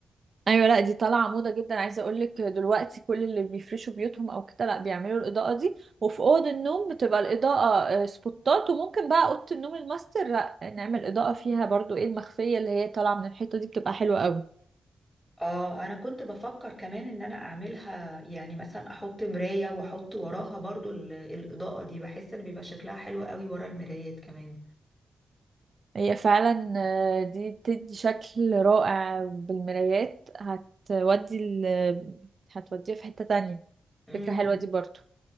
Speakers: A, on the right (about 45°); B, in the centre.
A: ايوه لا دي طالعه موضه جدا عايزه اقول لك دلوقتي كل اللي بيفرشوا بيوتهم او كده لا بيعملوا الاضاءه دي وفي اوض النوم بتبقى الاضاءه آه، سبوتات وممكن بقى اوضه النوم الماستر لا نعمل اضاءه فيها برضو ايه المخفيه اللي هي طالعه من الحيطه دي بتبقى حلوه قوي
B: اه انا كنت بفكر كمان ان انا اعملها يعني مثلا احط مرايه واحط وراها برضو ال- الاضاءه دي بحس ان بيبقى شكلها حلو قوي ورا المرايات كمان
A: هي فعلا آه، دي بتدي شكل رائع بالمرايات هتودي ال... هتوديها في حته تانية
B: اه
A: فكره حلوه دي برضو